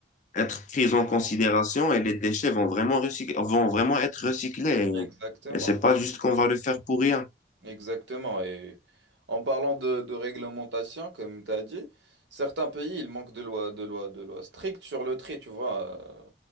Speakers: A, on the left; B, on the right.
A: être prise en considération et les déchets vont vraiment recyc- vont vraiment être recyclés.
B: Exactement.
A: Et c'est pas juste qu'on va le faire pour rien.
B: Exactement. Et en parlant de, de réglementation, comme tu as dit, certains pays, ils manquent de lois, de lois, de lois strictes sur le tri, tu vois,